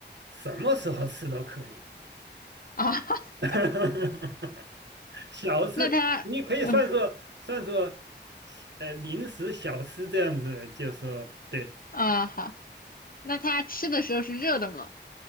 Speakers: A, on the right; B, on the left.
A: 什么时候吃都可以，
B: 啊，<laughs>
A: <laughs> 小吃你可以算作算作，
B: 那它，嗯
A: 呃，零食小吃这样子，就说对，
B: 啊，好，那它吃的时候是热的吗？